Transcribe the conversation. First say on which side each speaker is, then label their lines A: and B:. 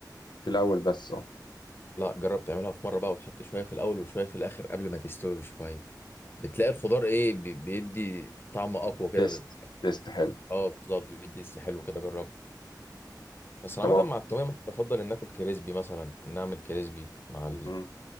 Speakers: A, on the left; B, on the left.
A: في الاول بس اه
B: لا جرب تعملها في مره بقى وتحط شويه في الاول وشويه في الاخر قبل ما تستوي بشويه بتلاقي الخضار ايه بي- بيدي طعم اقوى كده
A: تيست
B: ب-
A: تيست حلو
B: اه بالظبط بيدي لسه حلو كده جرب بس انا
A: طب
B: عامه
A: أقول-
B: مع التوميه ممكن بفضل ان اكل كريسبي مثلا ان اعمل كريسبي مع
A: مم.